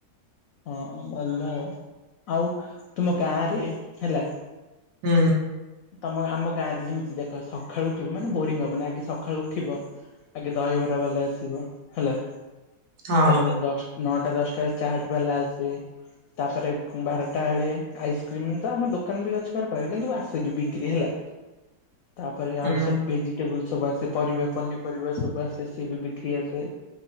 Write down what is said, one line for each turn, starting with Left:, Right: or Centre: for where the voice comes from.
Left: ହଁ ଭଲ ଆଉ ଆଉ ତୁମ ଗାଁ ରେ ହେଲା।
Right: ହୁଁ।
Left: ତମ ଆମ ଗାଁ ରେ ଯେମିତି ଦେଖ ସକାଳୁ ଉଠିବ ମାନେ ବୋରିଙ୍ଗ ହବନି ଆଗେ ସକାଳୁ ଉଠିବ ଆଗେ ଦହିବରା ବାଲା ଆସିବ ହେଲା।
Right: ହଁ
Left: ତାପରେ ଦଶ ନଅଟା ଦଶଟାରେ ଚା ଆସେ ତାପରେ ବାରଟା ବଳେେ ଆଇସ୍କ୍ରିମ ତ ଆମ ଦୋକାନ ବି ଅଛି ଘର ପାଖରେ କିନ୍ତୁ ଆସେ ବି ବିକ୍ରି ହେଲା। ତାପରେ
Right: ହୁଁ।
Left: ଆହୁରି ସବୁ ଭେଜିଟେବୁଲ ସବୁ ଆସେ ପରିବା ପନିପରିବା ସବୁ ଆସେ ସିଏ ବି ବିକ୍ରି ଆସେ